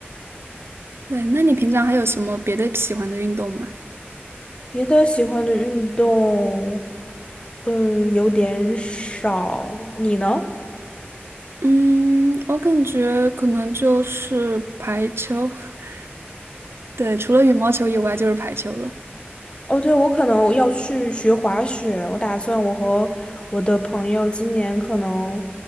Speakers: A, on the right; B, on the left.
A: 对，那你平常还有什么别的喜欢的运动吗？
B: 别的喜欢的运动，嗯，有点少。你呢？
A: 嗯，我感觉可能就是排球，<laughs> 对，除了羽毛球以外就是排球了。
B: 哦，对，我可能要去学滑雪，我打算我和我的朋友今年可能，